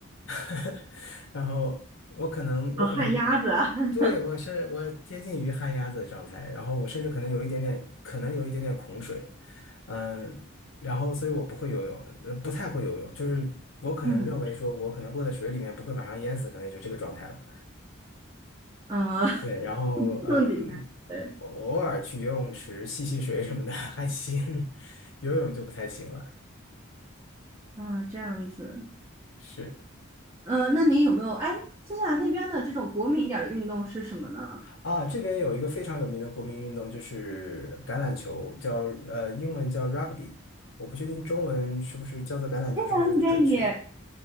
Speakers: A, on the left (about 65°); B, on the right (about 20°).
A: <laughs> 然后我可能我可能我对我是我接近于旱鸭子的状态，
B: 哦，旱鸭子啊，<laughs>
A: 然后我甚至可能有一点点，可能有一点点恐水，嗯，然后所以我不会游泳，呃不太会游泳，就是我可能认为说我可能落在水里面不会马上淹死，
B: 嗯，
A: 可能也就这个状态了。
B: 呃，<laughs>
A: 对，然后嗯，
B: 弄几下，对，
A: 偶尔去游泳池戏戏水什么的 <laughs> 还行，游泳就不太行了。
B: 啊，这样子，
A: 是
B: 嗯，那您有没有？哎，新西兰那边的这种国民一点儿的运动是什么呢？
A: 啊，这边有一个非常有名的国民运动就是橄榄球，叫呃英文叫 rugby，我不确定中文是不是叫做橄榄球是不是准确。
B: 新西兰那边也，